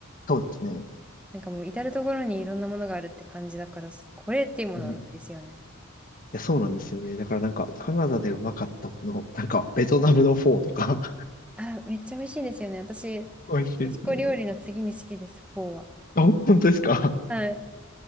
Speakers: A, on the left; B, in the centre.
A: そうですね。
B: なんかもう至る所にいろんなものがあるって感じだから、これっていうものはないですよね。
A: うん。いや、そうなんですよね。だからなんか、カナダでうまかったもの、なんか、ベトナムのフォーとか <laughs>
B: あ、めっちゃ美味しいですよね。私、メ
A: 美味しいですね。
B: キシコ料理の次に好きです、フォーは。
A: あ、本当ですか
B: はい。